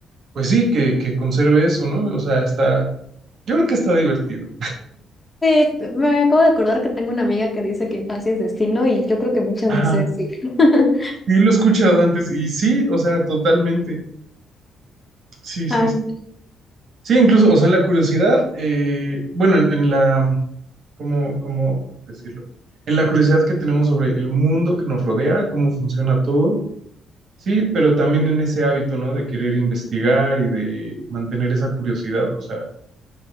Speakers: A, on the right (about 60°); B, on the left (about 20°).
A: pues sí, que, que conserve eso, ¿no? O sea, está, yo creo que está divertido.
B: Eh, me acabo de acordar que tengo una amiga que dice que infancia es destino y yo creo que muchas
A: Ajá.
B: veces sí. <laughs>
A: Sí, lo he escuchado antes y sí, o sea, totalmente. Sí, sí,
B: Ay.
A: sí. Sí, incluso, o sea, en la curiosidad, eh, bueno, en, en la cómo, cómo decirlo? En la curiosidad que tenemos sobre el mundo que nos rodea, cómo funciona todo, sí, pero también en ese hábito, ¿no? De querer investigar y de mantener esa curiosidad. O sea,